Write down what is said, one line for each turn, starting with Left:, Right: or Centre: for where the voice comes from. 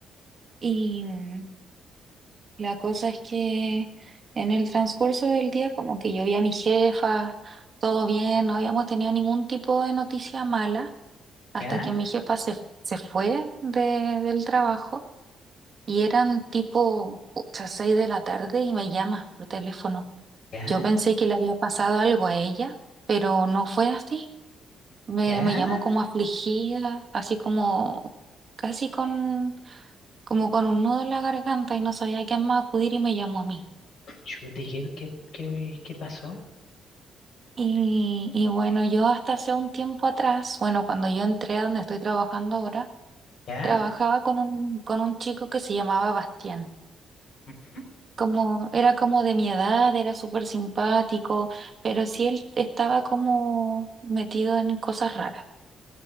Right: y mm, la cosa es que en el transcurso del día como que yo vi a mi jefa, todo bien, no habíamos tenido ningún tipo de noticia mala hasta
Left: ¿Ya?
Right: que mi jefa se, se fue de- del trabajo y eran tipo, pucha, seis de la tarde y me llama por teléfono.
Left: ¿Ya?
Right: Yo pensé que le había pasado algo a ella, pero no fue así. Me,
Left: ¿Ya?
Right: me llamó como afligida, así como casi con, como con un nudo en la garganta y no sabía a quién más acudir y me llamó a mí.
Left: Chuta, ¿y ¿qué, qué, qué, qué pasó?
Right: Y, y bueno, yo hasta hace un tiempo atrás, bueno, cuando yo entré a donde estoy trabajando ahora,
Left: ¿Ya?
Right: trabajaba con un, con un chico que se llamaba Bastián.
Left: Ujú.
Right: Como, era como de mi edad, era súper simpático, pero sí él estaba como metido en cosas raras,